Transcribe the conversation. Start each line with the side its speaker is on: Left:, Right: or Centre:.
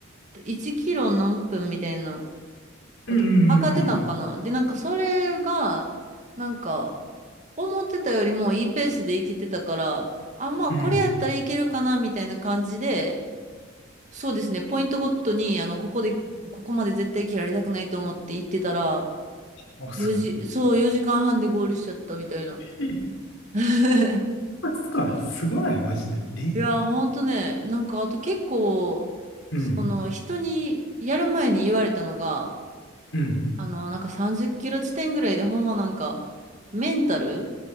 Right: い1キロ何分みたいな。私、
Left: うんうん
Right: 上がってたんかな。で、なんかそれが、なんか、思ってたよりもいいペースでいけてたから、あ、まあこれやったらいけるかな、
Left: うんうん。
Right: みたいな感じで、そうですね、ポイントごとに、あの、ここで、ここまで絶対切られたくないと思って行ってたら、
Left: あ、そう。
Right: 4時、そう、4時間半でゴールしちゃったみたいな。
Left: え、一
Right: <laughs>
Left: 発か。すごないマジで。え
Right: いや、ほんとね、なんかあと結構、
Left: うん。
Right: その人にやる前に言われたのが、
Left: うん。
Right: あの、なんか30キロ地点ぐらいでほんまなんか、メンタル